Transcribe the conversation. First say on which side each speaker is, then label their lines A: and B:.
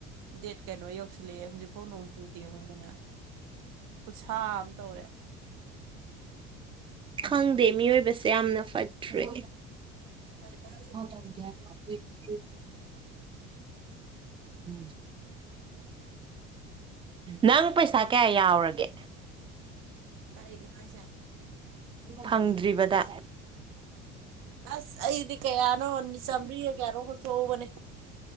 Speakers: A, on the right; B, on the right.
A: ꯗꯦꯠ ꯀꯩꯅꯣ ꯌꯧꯁꯤꯜꯂꯛꯑꯦ ꯍꯧꯖꯤꯛꯐꯥꯎ ꯅꯣꯡ ꯆꯨꯗꯦ ꯌꯦꯉꯣꯟꯗꯅ꯫ ꯈꯨꯁꯥ ꯇꯧꯔꯦ꯫
B: ꯈꯪꯗꯦ ꯃꯤꯑꯣꯏꯕꯁꯦ ꯌꯥꯝꯅ ꯐꯠ ꯇ꯭ꯔꯦ꯫
A: ꯋꯦꯗꯔꯁꯦ
B: <unintelligible> <unintelligible> ꯅꯪ ꯄꯩꯁꯥ ꯀꯌꯥ ꯌꯥꯎꯔꯒꯦ꯫
A: ꯀꯥꯔꯤꯒꯤꯅꯣ ꯍꯥꯏꯖꯦ꯫
B: ꯐꯪꯗ꯭ꯔꯤꯕꯗ꯫
A: ꯑꯁ ꯑꯩꯗꯤ ꯀꯌꯥꯅꯣ ꯆꯥꯝꯃ꯭ꯔꯤꯒ ꯀꯌꯥꯅꯣ ꯈꯛ ꯊꯣꯛꯍꯧꯕꯅꯦ꯫